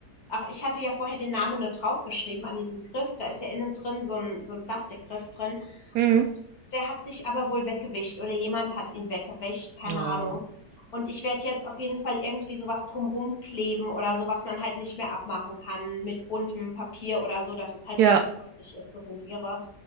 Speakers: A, on the left (about 60°); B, on the right (about 75°).
A: Ach, ich hatte ja vorher den Namen nur draufgeschrieben an diesen Griff. Da ist ja innen drin so ein, so ein Plastikgriff drin.
B: Mhm.
A: Und der hat sich aber wohl weggewischt oder jemand hat ihn weggewischt, keine
B: ja.
A: Ahnung. Und ich werde jetzt auf jeden Fall irgendwie sowas drumrum kleben oder so, was man halt nicht mehr abmachen kann mit buntem Papier oder so, dass es halt
B: Ja,
A: ganz deutlich ist, das sind ihre